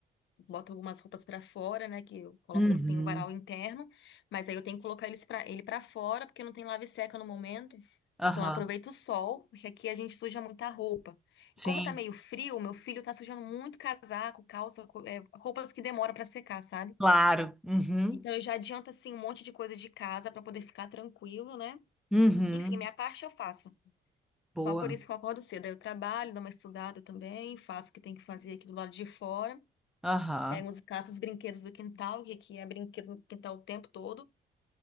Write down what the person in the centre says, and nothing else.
Uhum.
Aham.
Sim.
Claro. Uhum.
Uhum.
Boa.
Aham.